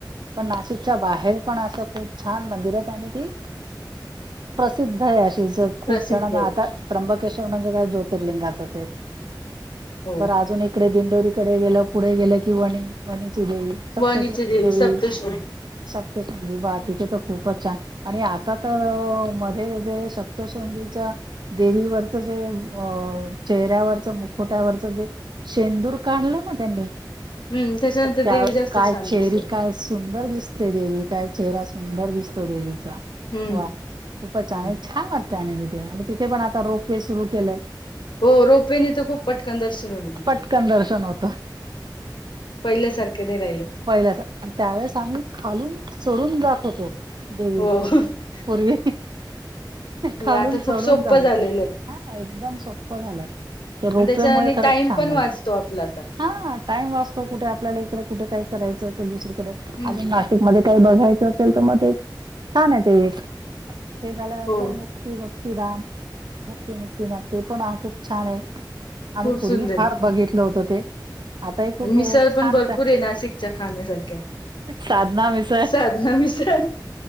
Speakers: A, on the right; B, on the left.
A: पण नाशिकच्या बाहेर पण असं खूप छान मंदिरेत. आणि ती प्रसिद्ध आहे अशीच. खूप
B: प्रसिद्ध
A: जणांना
B: आहे
A: आता त्र्यंबकेश्वर म्हणजे काय, ज्योतिर्लिंगाचचे एक.
B: हो
A: बरं अजून इकडे दिंडोरीकडे गेलं. पुढे गेलं की, वणी. वणीची देवी. सप्तशृंगी
B: वणीचे
A: देवी.
B: सप्तश्री
A: सप्तशृंगी वा तीथे त खूपच छान. आणि आता त मध्ये जे सपतशृंगीच, देवीवरच जे, अ चेहऱ्यावरच, मुखोट्यावरच. जे शेंदूर काढलं ना त्यांनी.
B: हम्म त्याच्यानंतर
A: त्यावेळेस
B: देवी जास्त
A: काय,
B: छान
A: चेहरी
B: दिसते
A: काय सुंदर दिसते देवी. काय चेहरा सुंदर दिसतो देवीचा.
B: हम्म
A: वा खूपच छाने.
B: हम्म.
A: छान वाटतं आणि तिथे. आणि तिथे पण आता रोप वे सुरू केलंय.
B: हो रोपवेेने त खूप पटकन दर्शन होत तिथे.
A: पटकन दर्शन होतं
B: पहिल्यासारखे नाही राहिलं.
A: पहिल्यासारख. त्यावेेळेस आम्ही खालून चडून जात होतो. देवीला.
B: हो नाही
A: पूर्वी खालून
B: आता
A: चढून
B: खूप सोपं
A: जात होत्या.
B: झालेलं आहे
A: हा एकदम सोप्प झालंय. ते रोपवे
B: आणि त्याच्याने
A: मुळे खरंच
B: टाइम
A: छान
B: पण
A: झालं.
B: वाचतो आपला आता.
A: हा टाइम वाचतो. कुठे आपल्याला इकडे कुठे काय करायचं असेल दुसरीकडे.
B: हम्म
A: अजून ना शिक मध्ये काही बघायचं असेल त. मग ते छाने ते एक. ते झाल्यानंतर
B: हो
A: म ती भक्ती धाम. भक्तीमुक्ती धाम, ते पण खूप छाने. आम्ही
B: खूप
A: पूर्वी
B: सुंदर
A: फार बघितलं होत ते. आताही खूप
B: आणि मिसळ
A: छानचे.
B: पण भरपूर आहे नाशिकच्या खाण्यासारख्या
A: साधना मिसळ
B: साधना मिसळ